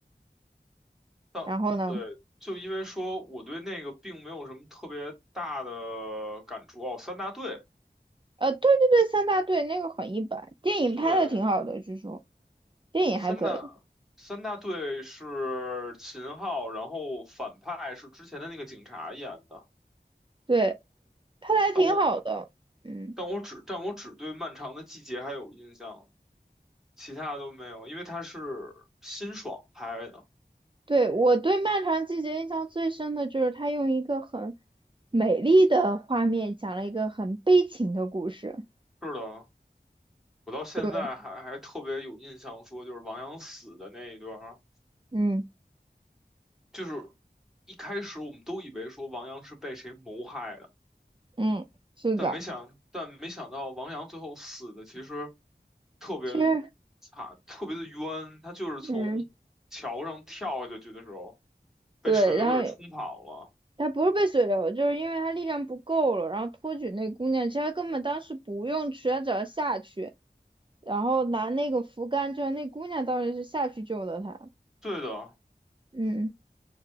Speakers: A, in the centre; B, on the right.
A: 但对，
B: 然后呢，
A: 就因为说我对那个并没有什么特别大的感触哦。三大队，
B: 呃，对对对，三大队那个很一般，电影拍的挺好的，
A: 对，
B: 据说电影还可以，
A: 三大三大队是秦昊，然后反派是之前的那个警察演的。
B: 对，拍的还挺好的。
A: 但我
B: 嗯，
A: 但我只但我只对《漫长的季节》还有印象。其他的都没有，因为它是辛爽拍的。
B: 对，我对《漫长季节》印象最深的就是他用一个很美丽的画面讲了一个很悲情的故事。
A: 是的，我到现在还还特别有印象，
B: 对，
A: 说就是王阳死的那一段儿，
B: 嗯
A: 就是一开始我们都以为说王阳是被谁谋害的，
B: 嗯，是的，
A: 但没想但没想到王阳最后死的其实特别的
B: 其实，
A: 惨，特别的冤。他就是从桥上跳下去的时候
B: 嗯，
A: 被水流给冲跑了。
B: 对，然后他不是被水流，就是因为他力量不够了，然后托举那姑娘。其实他根本当时不用去，他只要下去，然后拿那个扶杆，就是那姑娘当时是下去救的他。
A: 对的，
B: 嗯，